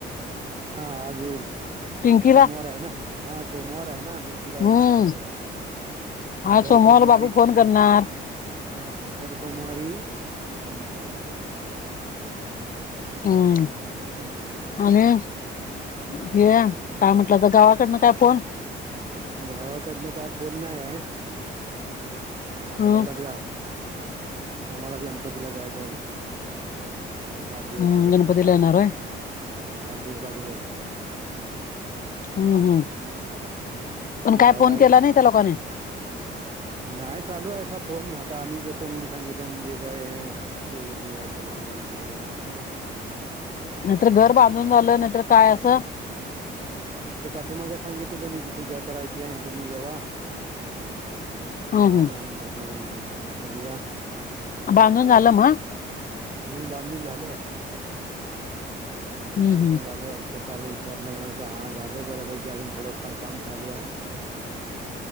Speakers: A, on the right (about 30°); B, on the left (about 45°).
A: हा आज येईल
B: पिंकीला
A: सोमवार आहे ना हा सोमवार आहे ना. पिंकीला येणार
B: हम्म
A: आज फोन
B: आज
A: दर
B: सोमवार
A: सोमवारी.
B: बाबू फोन करणार
A: हा दर सोमवारी हम्म.
B: हम्.
A: हम्म.
B: आणि हे काय म्हंटलं तर गावाकडनं काय फोन.
A: गावाकडनं काय फोन नाही आहे. आपल्यालाच
B: हम्म
A: आम्हालाच गणपतीला जायचं आहे. आठ दिवस
B: हम्म
A: अगोदर
B: गणपतीला येणार होय
A: हो आठ दिवस अगोदर.
B: हम्म हम् पण काय
A: गावाले
B: फोन केला नाही त्या लोकांने.
A: नाही चालू आहे फोनण आता आम्ही जेतो म्हणून सांगितलं म्हणजे काय? ते बिजयच्या भानगडीत नाही येत.
B: नाहीतर घर बांधून झालं नाहीतर काय असं.
A: ते पाठे मग सांगितलेल्या नाही कीूजा करायची आहे तुम्ही जेव्हा? तुम्ही
B: हम्म हम्म
A: आल्यानंतर पण पूजा करूया असं तसं
B: बांधून
A: चालू
B: झालं
A: आहे.
B: मग
A: म्हणून बांधून झालंय आता
B: हम्म
A: पूर्ण
B: हम्म
A: झाल्याय वरत. काल विचारलं म्हण आज. झालंय बऱ्यापैकी अजून थोडंफार काम चालू आहे.